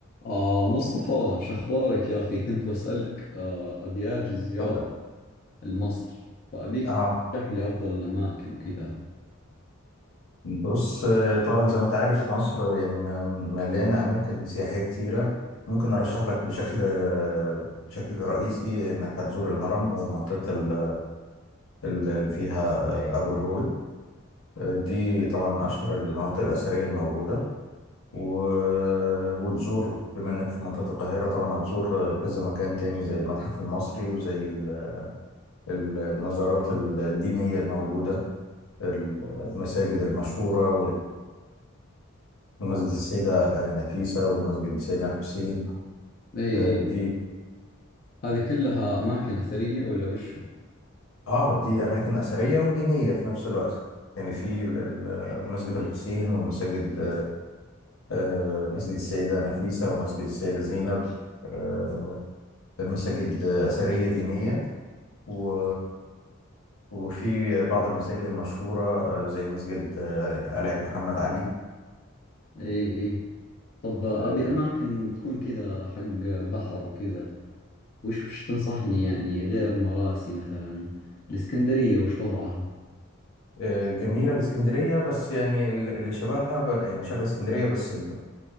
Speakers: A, on the left; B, on the left.
A: آه مصطفى شخبارك يا أخي كنت بسألك آه أبي أجي زيارة
B: اتفضل
A: لمصر فأبيك
B: اه
A: ترشح لي أفضل الأماكن وكذا
B: بص آه، طبعا زي ما انت عارف مصر يعني م- مليانه اماكن سياحيه كتيره ممكن ارشح لك بشكل آه، بشكل رئيسي انك هتزور الهرم ومنطقه ال- ال- اللي فيها آه، ابو الهول آه، دي طبعا من اشهر المناطق الاثريه الموجوده و- وتزور بما انك في منطقه القاهره طبعا هتزور آه، كذا مكان تاني زي المتحف المصري وزي ال- ال- المزارات ال- الدينيه الموجوده ال- المساجد المشهوره مسجد السيدة آه، نفيسة ومسجد سيدنا الحسين
A: إي
B: آه،
A: إي
B: دي
A: هذه كلها أماكن أثرية ولا وشو؟
B: اه دي أماكن أثرية ودينية في نفس الوقت يعني في ال- ال- آه، مسجد الحسين ومساجد آه، مسجد السيدة نفيسة ومسجد السيدة زينب آه، مساجد أثرية دينية و وفي بعض المساجد المشهورة آه، زي مسجد آه، قلعة محمد علي
A: إي إي طب آه،
B: آه،
A: أبي أماكن تكون كذا حق بحر وكذا وش وش تنصحني يعني غير مراسي مثلا الإسكندرية وش وضعها؟
B: آه، جميلة الإسكندرية بس يعني ال- اللي شبهها ب- يعني شبه اسكندرية بس